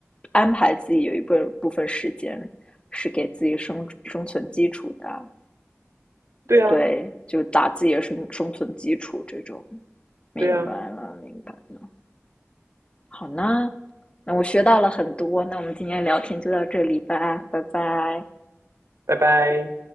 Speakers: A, on the left; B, on the right.
A: 安排自己有一部部分时间是给自己生生存基础的，
B: 对呀，
A: 对，就打自己的生生存基础这种，明白了，
B: 对呀，
A: 明白了。好呢，那我学到了很多，那我们今天聊天就到这里吧，拜拜。
B: 拜拜。